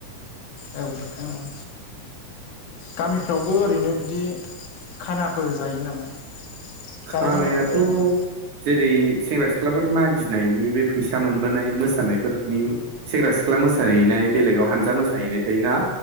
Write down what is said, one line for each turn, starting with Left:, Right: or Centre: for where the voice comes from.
Left: औ नोंथां औ गामिफ्रावबो ओरैनो दि खानाफोर जायो नामा
Right: खानायाथ'
Left: जानाय लोंनायफोर जायो नामा
Right: जेरै सेंग्रा सि सिख्लाफोर मागिनायनि बे फैसा मोनबोनाय मोसानायफोरनि सेंग्रा-सिख्ला मोसाहैनाय बेलेगाव हानजा मोसाहैनाय थायोना